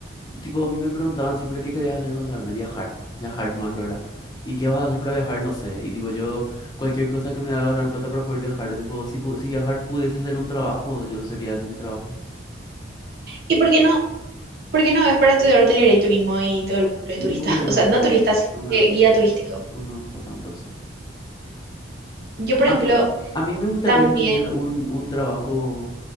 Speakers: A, on the left; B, on the right.
A: tipo, a mí me preguntaban siempre, ¿qué querías hacer con de Viajar, viajar más lo era. ¿Y qué vas a hacer para viajar? No sé. Y tipo, yo, cualquier cosa que me haga ganar plata para poder viajar, tipo, si, pu- si viajar pudiese ser un trabajo, yo sería ese mi trabajo.
B: ¿Y por qué no Porque no, es para estudiar hotelería y turismo y todos los
A: No
B: turistas
A: me
B: <laughs>
A: gusta,
B: O sea, no turistas sino
A: no me
B: que
A: gusta,
B: guía turístico.
A: no me gusta tanto eso.
B: Yo, por
A: A
B: ejemplo,
A: mí, a mí me gustaría
B: también.
A: tener un, un trabajo